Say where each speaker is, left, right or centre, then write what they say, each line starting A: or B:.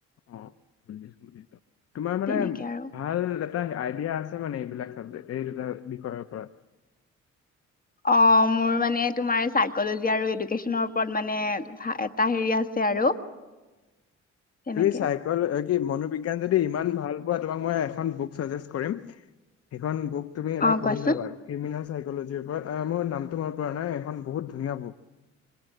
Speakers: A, on the left; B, on the left.
A: অ' বুজিছো বুজিছো। তোমাৰ মানে
B: তেনেকে আৰু
A: ভাল এটা আইডিয়া আছে মানে এইবিলাক চাবজেক এই দুটা বিষয়ৰ ওপৰত।
B: অ' মোৰ মানে তোমাৰ চাইকলজি আৰু এডুকেচনৰ ওপৰত মানে এটা হেৰি আছে। আছে আৰু। তেনেকে
A: তুমি চাইক'ল, কি মনোবিজ্ঞান যদি ইমান ভাল মই তোমাক এখন বুক চাজেষ্ট কৰিম। সেইখন বুক তুমি এবাৰ
B: অ
A: পঢ়ি
B: কোৱাচোন
A: চাবা। ক্ৰিমিনেল চাৰ <unintelligible> মই নামটো মনত পৰা নাই এখন বহুত ধুনীয়া বুক।